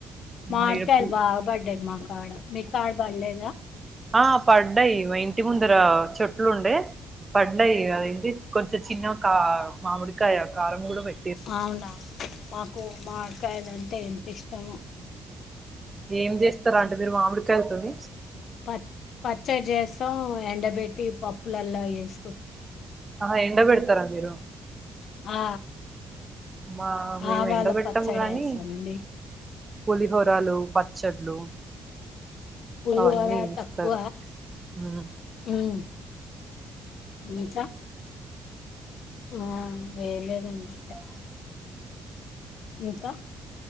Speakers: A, on the left (about 70°); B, on the right (about 25°).
A: మావిడికాయలు
B: ఆ ఈడ
A: బాగ పడ్డాయి మాకు. కాడ మీకు కాడ పడలేదా?
B: ఆ పడ్డాయి మా ఇంటి ముందర చెట్లు ఉండే పడ్డాయి. అ ఏంటి కొంచెం చిన్న కా మామిడికాయ కారం కూడా పె
A: అవునా మాకు మావిడికాయలంటే ఎంత ఇష్టమొ.
B: ఏం చేస్తారా అంటే మీరు మామిడి కాయ తోనీ
A: ప పచ్చడి చేస్తాం ఎ ఎండబెట్టి పప్పులలా వేసుకో
B: ఆ ఎండ పెడతారా మీరు
A: ఆ
B: మా మేము
A: ఆవాల
B: ఎండ పెట్టాం
A: పచ్చడేసామండి
B: గాని పులిహోరాలు పచ్చడ్లు
A: పులిహోర
B: అవన్నీ
A: తక్కు
B: ఇస్తారు మ్
A: హ్మ్ ఇంకా ఆ వేయలేదండి
B: అ
A: ఇంకా